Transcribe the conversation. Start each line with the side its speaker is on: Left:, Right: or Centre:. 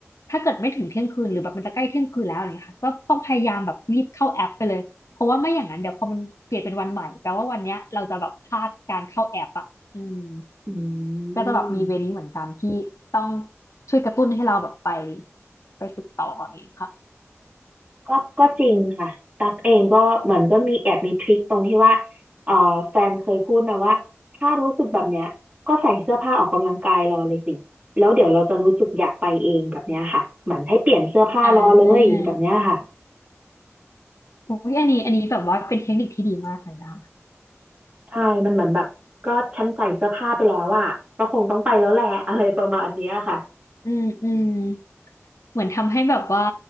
Left: ถ้าเกิดไม่ถึงเที่ยงคืนหรือแบบมันจะใกล้เที่ยงคืนแล้วอะไรเงี้ยค่ะก็ต้องพยายามแบบรีบเข้าแอปไปเลยเพราะว่าไม่อย่างนั้นเดี๋ยวพอมันเปลี่ยนเป็นวันใหม่แปลว่าวันเนี้ยเราจะแบบพลาดการเข้าแอปอ่ะอืม
Right: อื
Left: ก็จะแบบมีเวนี้เหมือนกันที่ต้อง
Right: ม
Left: ช่วยกระตุ้นให้เราแบบไปไปฝึกต่ออย่างเงี้ยค่ะ
Right: ก็ก็จริงค่ะตั๊กเองก็เหมือนก็มีแอบมีทริคตรงที่ว่าเอ่อแฟนเคยพูดนะว่าถ้ารู้สึกแบบเนี้ยก็ใส่เสื้อผ้าออกกำลังกายรอเลยสิแล้วเดี๋ยวเราจะรู้สึกอยากไปเองแบบเนี้ยค่ะเหมือนให้เปลี่ยนเสื้อผ้ารอเลยแบบเนี้ยค่ะ
Left: อ่าโอ้ยอันนี้อันนี้แบบว่าเป็นเทคนิคที่ดีมากเลยนะคะ
Right: ใช่มันเหมือนแบบก็ฉันใส่เสื้อผ้าไปแล้วอะก็คงต้องไปแล้วแหละ <laughs> อะไรประมาณเนี้ยค่ะ
Left: อืมอืมเหมือนทำให้แบบว่า